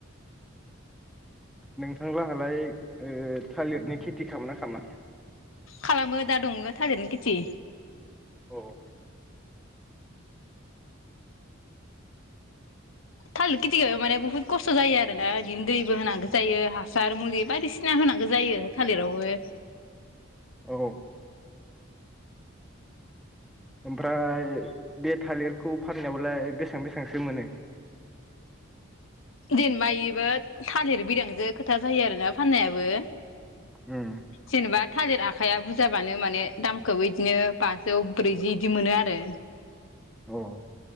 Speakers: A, in the centre; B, on the left.
A: नोंथांलाहालाय ओ थालिरनि खेथि खालाम ना खामा?
B: खालामो दा दङो थालिरनि खेथि
A: औ।
B: थालिर खिथि गाय माने बुहुत खस्थ' जायो आरोना बिदिनो दैबो होनांगौ जायो हासार मुलि बायदिसिना होनांगौ जायो थालिरावबो
A: औ ओमफ्राय बे थालिरखौ फाननायावलाय बेसेबां बेसेबांसो मोनो?
B: देनबायबो थालिर बिदांजो खोथा जायो आरोना फाननायाबो।
A: उम
B: जेनबा थालिरा आखाइाया बुरजाबानो माने दामखौबो बिदिनो बाजौ ब्रैजि बिदि मोनो आरो।
A: औ।